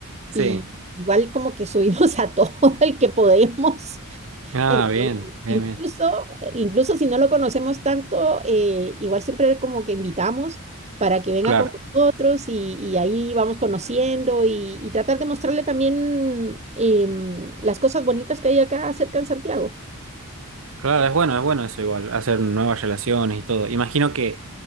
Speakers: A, on the right (about 65°); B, on the right (about 30°).
A: Sí.
B: y igual como que subimos a todo <laughs> el que podemos.
A: Ah,
B: Eh,
A: bien, bien,
B: incluso,
A: bien.
B: incluso si no lo conocemos tanto, eh, igual siempre como que invitamos para que venga
A: Claro.
B: con nosotros y, y ahí vamos conociendo y, y tratar de mostrarle también em, las cosas bonitas que hay acá cerca en Santiago.
A: Claro, es bueno, es bueno eso igual, hacer nuevas relaciones y todo. Imagino que